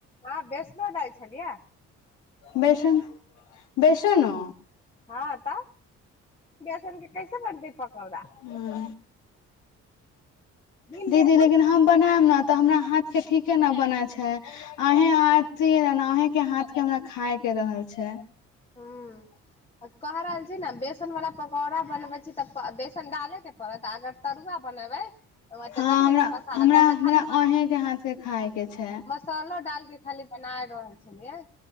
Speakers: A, on the left (about 20°); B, on the left (about 85°).
A: हँ बेसनों दै छलियै
B: बेसन बेसनो
A: हँ तऽ <unintelligible> बनतै पकौड़ा
B: हँ <unintelligible>
A: बिन
B: दीदी
A: बेसन
B: लेकिन हम बनायब ने तऽ हमरा हाथ के ठीके ने बनै छै आहे आथ अहें के हाथ के हमरा खाय के रहल छै
A: ह कह रहल छी ने बेसन वला पकौड़ा बनबै छी तऽ बेसन डालेके पड़त अगर तरुआ बनेबै तऽ
B: हँ
A: कथी कहै
B: हमरा
A: छै मसाला
B: हमरा
A: तऽ ओहिमे
B: हमरा
A: खाली
B: अहे के हाथके खायके छै
A: मसलो डाल के खाली बना रहल छलियै